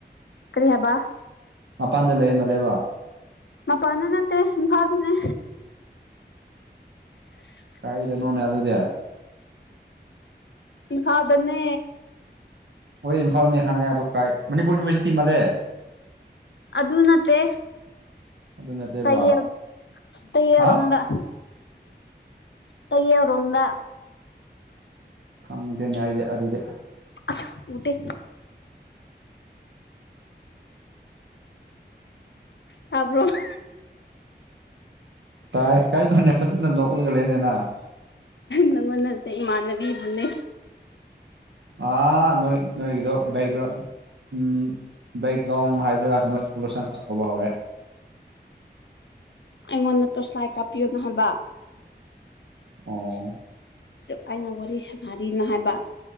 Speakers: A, on the left; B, on the right.
A: ꯀꯔꯤ ꯍꯥꯏꯕ
B: ꯃꯄꯥꯟꯗ ꯂꯩꯔꯝꯕ ꯂꯩꯕ
A: ꯃꯥꯄꯟꯗ ꯅꯠꯇꯦ ꯏꯝꯐꯥꯜ ꯗꯅꯦ <unintelligible>
B: ꯀꯔꯥꯏꯗꯅꯣꯅꯦ ꯑꯗꯨꯗꯤ
A: ꯏꯝꯐꯥꯜꯗꯅꯦ
B: ꯍꯣꯏ ꯏꯝꯐꯥꯜꯅꯦ ꯈꯪꯉꯦ ꯑꯗꯣ ꯀꯥꯏ ꯃꯅꯤꯄꯨꯔ ꯌꯨꯅꯤꯚꯔꯁꯤꯇꯤ ꯃꯥꯜꯂꯦ
A: ꯑꯗꯨ ꯅꯠꯇꯦ
B: ꯑꯗꯨ ꯅꯠꯇꯦꯕ
A: ꯇꯥꯌꯦꯜ ꯇ꯭ꯌꯦꯜꯔꯣꯝꯗ
B: ꯍꯥ
A: ꯇꯌꯦꯜꯔꯣꯝꯗ
B: ꯈꯪꯗꯦꯅꯦ ꯑꯩꯗꯤ ꯑꯗꯨꯗꯤ
A: ꯑꯁ ꯎꯗꯦ ꯇꯥꯕꯔꯣ꯫
B: ꯇꯥꯏ ꯀꯥꯏꯅꯣꯅꯦ ꯐꯖꯅ ꯅꯣꯛꯂꯒ ꯂꯩꯅꯦ ꯅꯪ
A: ꯅꯪꯉꯣꯟ ꯅꯠꯇꯦ ꯏꯃꯥꯟꯅꯕꯤꯕꯨꯅꯦ
B: ꯑ ꯅꯣꯏ ꯅꯣꯏꯒꯤꯗꯣ ꯕꯦꯛꯒ꯭ꯔꯥꯎꯟ ꯎꯝ ꯕꯦꯛꯒ꯭ꯔꯥꯎꯟ ꯍꯥꯏꯁꯤꯔꯥ ꯅꯣꯏꯁ ꯄꯣꯂꯨꯁꯟ ꯈꯔ ꯇꯧꯕ ꯍꯧꯔꯦ
A: ꯑꯩꯉꯣꯟꯗ ꯇꯣꯁ꯭ꯂꯥꯏ ꯀꯥꯞꯄꯤꯌꯣꯅ ꯍꯥꯏꯕ
B: ꯑꯣ
A: ꯑꯩꯅ ꯋꯥꯔꯤ ꯁꯥꯟꯅꯔꯤꯅ ꯍꯥꯏꯕ